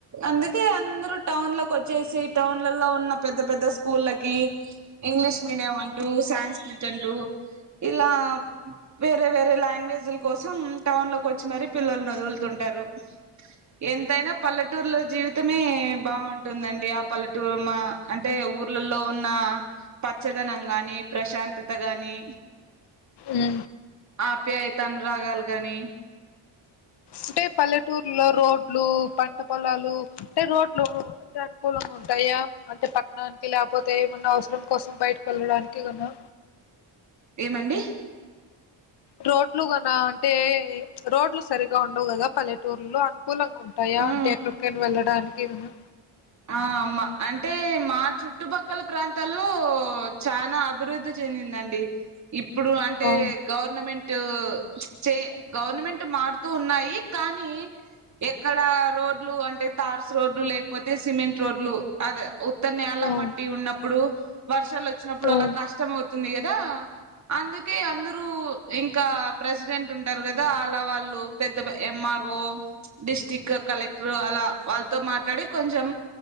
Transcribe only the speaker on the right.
అందుకే అందరుూ టౌన్ లోకి వచ్చేసి. టౌన్లలో ఉన్న పెద్ద పెద్ద స్కూళ్ళకి ఇంగ్లీష్ మీడియం అంటూ సాన్స్క్రి ట్ అంటూ ఇలా వేరే వేరే లాంగ్వేజ్ల కోసం టౌన్ లోకి వచ్చి మరి పిల్లల్ను వదులుతుంటారు. ఎంతైనా పల్లెటూరుల జీవితమే బాగుంటుందండి. అప్ పల్లెటూరుమ అంటే ఊర్లలో ఉన్న పచ్చదనం గాని ప్రశాంతత గాని
ఆపే అయితను రాగాలు కాని
ఏమండి
ఆ
ఆ మా అంటే మా చుట్టుపక్కల ప్రాంతాల్లో చానా అభివృద్ధి చెందిందండి. ఇప్పుడు అంటే
గవర్నమెంట్ ట్ చే గవర్నమెంట్ మారుతూ ఉన్నాయి. కానీ ఎక్కడ రోడ్లు అంటే తార్స్ రోడ్లు లేకపోత్ టే సిమెంట్ రోడ్లు అద ఉత్త నేల
మట్టి ఉన్నప్పుడు షాల్ వచ్చినప్పుడు
వలా కష్టం అవుతుంది గదా. అందుక్ కే అందరు. ఇంకా ప్రెసిడెంట్ ఉంటారు కదా. అలా వాళ్ళు పెద్ద M. R. O, district collector అలా వాళ్ళతో మాట్లాడి. కొంచెం